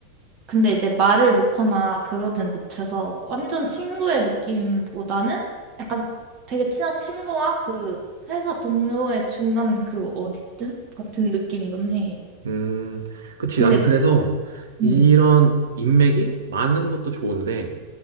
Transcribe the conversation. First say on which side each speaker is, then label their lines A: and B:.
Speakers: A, on the right; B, on the right.
A: 근데 이제 말을 놓거나 그러진 못해서 완전 친구의 느낌보다는 약간 되게 친한 친구와 그 회사 동료의 중간 그 어디쯤 같은 느낌이긴 해.
B: 음, 그치.
A: 근데
B: 나는 그래서 이런
A: 음,
B: 인맥이 많은 것도 좋은데